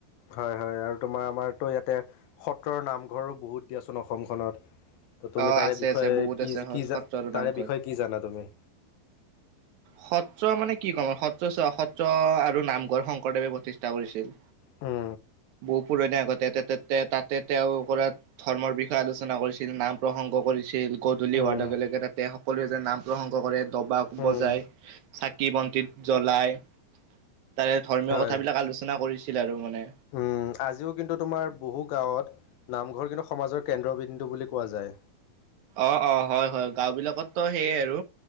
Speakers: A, on the left (about 80°); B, on the right (about 70°).
A: হয়, হয় আৰু তোমাৰ আমাৰতো ইয়াতে সত্ৰৰ নামঘৰো বহুত দিয়াচোন অসমখনত। তুমি
B: অ
A: তাৰে
B: আছে
A: বিষয়ে
B: আছে বহুত
A: কি
B: আছে
A: কি
B: সত্ৰ আৰু
A: তাৰে
B: নামঘৰ।
A: বিষয়ে কি জানা তুমি?
B: সত্ৰ মানে কি ক'ম? সত্ৰ সত্ৰ আৰু নামঘৰ শংকৰদেৱে প্ৰতিষ্ঠা কৰিছিল।
A: উম।
B: বহুত পুৰণি আগতে তাতে তেওঁ কৰা ধৰ্মৰ বিষয়ে আলোচনা কৰিছিল, নাম প্ৰসংগ কৰিছিল, গধূলি
A: উম,
B: হোৱাৰ লগে লগে তাতে সকলোৱে যে নাম প্ৰসংগ কৰে দবা কোব
A: উম,
B: বজাই চাকি বন্তিত জ্বলাই তাৰে ধৰ্মীয়
A: হয়।
B: কথাবিলাক আলোচনা কৰিছিল আৰু মানে।
A: উম, আজিও কিন্তু তোমাৰ বহু গাঁৱত নামঘৰ কিন্তু সমাজৰ কেন্দ্ৰবিন্দু বুলি কোৱা যায়।
B: অ', অ', হয় হয়। গাঁও বিলাকততো সেইয়ে আৰু।